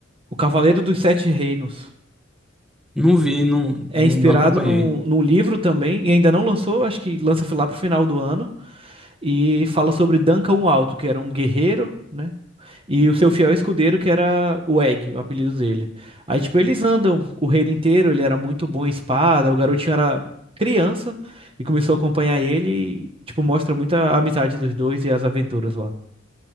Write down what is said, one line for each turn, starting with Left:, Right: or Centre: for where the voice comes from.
Right: O Cavaleiro dos Sete Reinos.
Centre: Não vi, não,
Right: É
Centre: não
Right: inspirado
Centre: não acompanhei.
Right: num, num livro também, e ainda não lançou, acho que lança lá pro final do ano. E fala sobre Duncan o Alto, que era um guerreiro, né? E o seu fiel escudeiro, que era o Egg, o apelido dele. Aí, tipo, eles andam o reino inteiro, ele era muito bom em espada, o garotinho era criança e começou a acompanhar ele, e, tipo, mostra muita amizade dos dois e as aventuras lá.